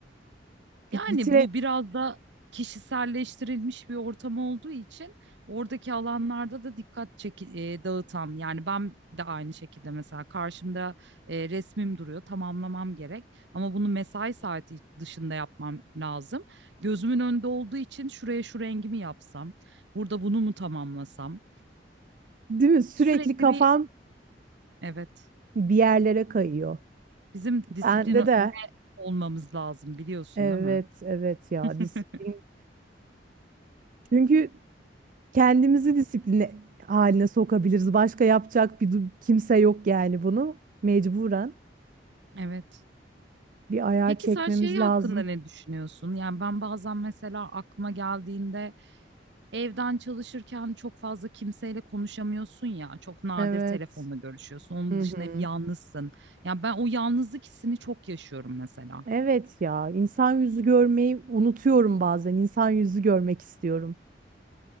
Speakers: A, on the right; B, on the right.
A: Bit
B: Yani
A: bitire
B: bu biraz da kişiselleştirilmiş bir ortam olduğu için oradaki alanlarda da dikkat çek e, dağıtan yani ben de aynı şekilde mesela karşımda e, resmim duruyor tamamlamam gerek ama bunu mesai saati dışında yapmam lazım. Gözümün önünde olduğu için şuraya şu rengimi yapsam, burada bunu mu tamamlasam?
A: değil mi? Sürekli
B: Sürekli
A: kafam
B: bir evet
A: bir yerlere kayıyor.
B: bizim disipline
A: Bende de
B: olmamız lazım biliyorsun
A: Evet,
B: değil mi?
A: evet ya disiplin.
B: <laughs>
A: Çünkü kendimizi disipline haline sokabiliriz. Başka yapacak bir du- kimse yok yani bunu. Mecburen
B: Evet.
A: bir ayar
B: Peki
A: çekmemiz
B: sen şey hakkında
A: lazım.
B: ne düşünüyorsun? Yani ben bazen mesela aklıma geldiğinde evden çalışırken çok fazla kimseyle konuşamıyorsun ya. Çok nadir
A: Evet.
B: telefonla görüşüyorsun. Onun
A: Hı
B: dışında
A: hı.
B: hep yalnızsın. Yani ben o yalnızlık hissini çok yaşıyorum mesela.
A: Evet ya insan yüzü görmeyi unutuyorum bazen. İnsan yüzü görmek istiyorum.